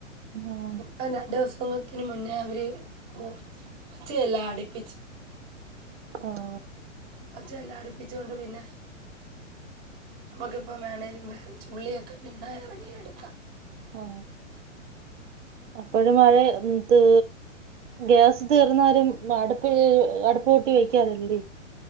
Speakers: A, on the right; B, on the right.
A: ആഹ്
B: ഇപ്പ രണ്ടു ദിവസ തിന് മുന്നേ അവര് പോ പോച്ച എല്ലാം അടിപ്പിച്ച്
A: ആഹ
B: അതെല്ലാം അടിപ്പിച്ചോണ്ട് പിന്നെ നമുക്കിപ്പം വേണമേലും വേ ചുള്ളിയൊക്കെ വീണാ ഇറങ്ങിയ എടുക്കാം.
A: ആ അപ്പോഴും മഴെന്ത്‌ ഗ്യാസ് തീർന്നാലും അടുപ്പ് അടുപ്പ് പൂട്ടി വെക്കാറല്ലേ?